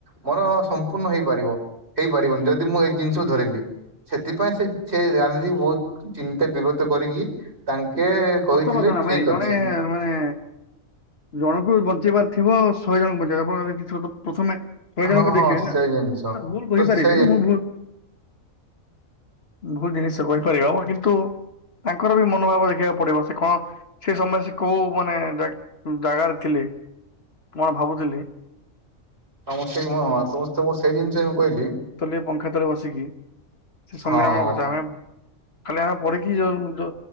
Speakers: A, on the right; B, on the left.
A: ମୋର ସମ୍ପୂର୍ଣ୍ଣ ହେଇପାରିବ ହେଇପାରିବନି ଯଦି ମୁଁ ଏଇ ଜିନିଷକୁ ଧରିଲି। ସେଥିପାଇଁ ସେ ସେ ଗାନ୍ଧିଜୀ ବହୁତ ଚିନ୍ତା ବିଗତ କରିକି ତାଙ୍କେ କହିଥିଲେ
B: ସତ କଥା ନା ଭାଇ
A: ଠିକ
B: ଜଣେ
A: ଅଛି
B: ମାନେ ଜଣକୁ ବଞ୍ଚେଇବାର ଥିବ ଶହେ ଜଣଙ୍କୁ ବଞ୍ଚେଇବା ଆପଣ ଏଥି ସହିତ ପ୍ରଥମେ ଶହେ ଜଣଙ୍କୁ
A: ହଁ ହଁ
B: ଦେଖିବେ ନା।
A: ସେଇ
B: ନା
A: ଜିନିଷ
B: ଭୁଲ କହିପାରିବେ
A: ତ ସେଇ
B: ମୁଁ ଭୁଲ ଭୁଲ ଜିନିଷ କହିପାରିହବ କିନ୍ତୁ ତାଙ୍କର ବି ମନୋଭାବ ଦେଖିବାକୁ ପଡିବ ସେ କଣ ସେ ସମୟ ସେ କୋଉ ମାନେ ଜାଗାରେ ଥିଲେ। କଣ ଭାବୁଥିଲି।
A: <unintelligible> ସେଇ ଜିନିଷ ହିଁ ମୁଁ କହିଲି।
B: ତଲେ ପଙ୍ଖା ତଳେ ବସିକି ସେ ସଂଗ୍ରାମ
A: ହଁ
B: କଥା ଆମେ ଖାଲି ଆମେ ପଢିକି ଯୋଉ।